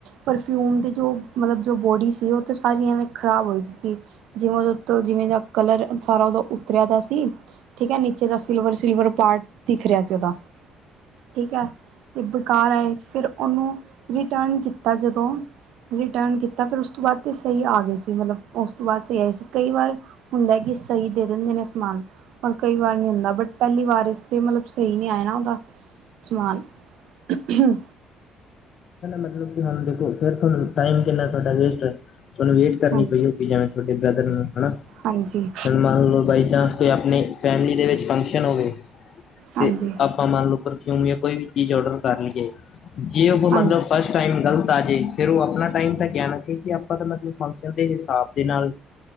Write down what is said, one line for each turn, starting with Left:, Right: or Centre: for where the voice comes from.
Right: ਪਰਫ਼ਯੂਮ ਦੀ ਜੋ ਮਤਲਬ ਜੋ ਬਾਡੀ ਸੀ ਉਹ ਤਾਂ ਸਾਰੀ ਇਵੇਂ ਖ਼ਰਾਬ ਹੋਈ ਸੀ ਜਿਵੇਂ ਉਹਦੇ ਉੱਤੋਂ ਜਿਵੇਂ ਦਾ ਕਲਰ ਸਾਰਾ ਉਹਦਾ ਉਤਰਿਆ ਸੀ ਸੀ ਠੀਕ ਹੈ ਨੀਚੇ ਦਾ ਸਿਲਵਰ ਸਿਲਵਰ ਪਾਰਟ ਦਿੱਖ ਰਿਹਾ ਸੀ ਉਹਦਾ ਠੀਕ ਹੈ ਤੇ ਬੇਕਾਰ ਆਏ ਫਿਰ ਉਹਨੂੰ ਰਿਟਰਣ ਕੀਤਾ ਜਦੋਂ ਰਿਟਰਣ ਕੀਤਾ ਫਿਰ ਉਸ ਤੋਂ ਬਾਅਦ ਤਾਂ ਸਹੀ ਆ ਗਏ ਸੀ ਮਤਲਬ ਉਸ ਤੋਂ ਬਾਅਦ ਸਹੀ ਆਏ ਸੀ ਕਈ ਵਾਰ ਹੁੰਦਾ ਹੈ ਕੀ ਸਹੀ ਦੇ ਦਿੰਦੇ ਨੇ ਸਮਾਨ ਪਰ ਕਈ ਵਾਰ ਨਹੀਂ ਹੁੰਦਾ ਬਟ ਪਹਿਲੀ ਵਾਰ ਇਸ ਤੇ ਮਤਲਬ ਸਹੀ ਨਹੀਂ ਆਇਆ ਨਾ ਉਸਦਾ ਸਮਾਨ ਹੁ
Left: ਮਤਲਬ ਕਿ ਹੁਣ ਦੇਖੋ ਤੁਹਾਨੂੰ ਟਾਈਮ ਕਿੰਨਾ ਤੁਹਾਡਾ ਵੇਸਟ ਹੈ ਤੁਹਾਨੂੰ ਵੇਟ ਕਰਨੀ
Right: ਹਾਂਜੀ
Left: ਪਈ ਹੋਗੀ ਜਿਵੇਂ ਤੁਹਾਡੇ ਭਰਾ ਨੂੰ ਹਨਾ
Right: ਹਾਂਜੀ
Left: ਮੰਨ ਲਓ ਬਾਈ ਚਾਂਸ ਕੋਈ ਆਪਣੇ ਫੈਮਿਲੀ ਦੇ ਵਿੱਚ ਫੰਕਸ਼ਨ ਹੋਵੇ
Right: ਹਾਂਜੀ
Left: ਤੇ ਆਪਾਂ ਮੰਨ ਲਓ ਪਰਫਿਊਮ ਜਾਂ ਕੋਈ ਵੀ ਚੀਜ਼ ਆਰਡਰ ਕਰ ਲਾਈਏ ਜੇ ਉਹ ਮਤਲਬ
Right: ਹਾਂ
Left: ਫਰਸਟ ਟਾਈਮ ਗਲਤ ਆ ਜਾਵੇਂ ਫਿਰ ਉਹ ਆਪਣਾ ਟਾਈਮ ਤਾਂ ਗਿਆ ਨਾ ਕੀ ਆਪਾਂ ਤਾਂ ਮਤਲਬ ਫੰਕਸ਼ਨ ਦੇ ਹਿਸਾਬ ਦੇ ਨਾਲ